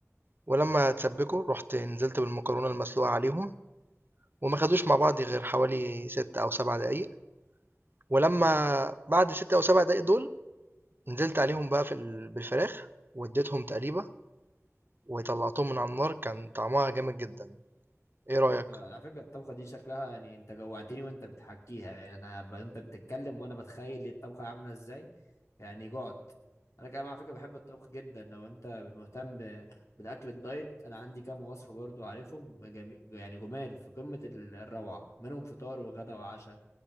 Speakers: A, on the right; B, on the left.
A: ولمّا اتسبّكوا رُحت نزلت بالمكرونة المسلوقة عليهم، وما خدوش مع بعض غير حوالي 6 أو 7 دقايق، ولمّا بعد ال6 أو 7 دقايق دول نزلت عليهم بقى في ال بالفراخ واديتهم تقليبة وطلّعتهم من على النار، كان طعمها جامد جدًا. ايه رأيك
B: على فكرة الطبخة دي شكلها يعني انت جوعتني وانت بتحكيها يعني انا ب... انت بتتكلم وانا بتخيل الطبخة عاملة ازاي يعني جعت انا كمان على فكرة بحب الطبخ جدا لو انت مهتم ب- بالاكل الدايت انا عندي كام وصفة برضو عارفهم جمي... يعني جمال في قمة ال- الروعة منهم فطار وغدا وعشاء